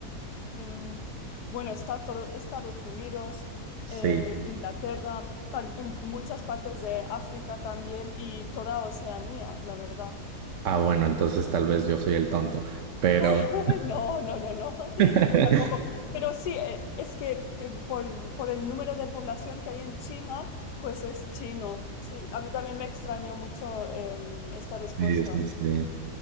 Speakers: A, on the left; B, on the right.
A: Mm, bueno, está todo Estados Unidos,
B: Sí.
A: eh, Inglaterra, par- en muchas partes de África también y toda Oceanía, la verdad.
B: Ah, bueno, entonces tal vez yo soy el tonto, pero...
A: <laughs> No, no, no, no, <laughs>
B: <laughs>
A: tampoco. Pero sí, eh, es que te- por, por el número de población que hay en China, pues es chino. Sí, a mí también me extrañó mucho em, esta respuesta.
B: Sí, sí, sí.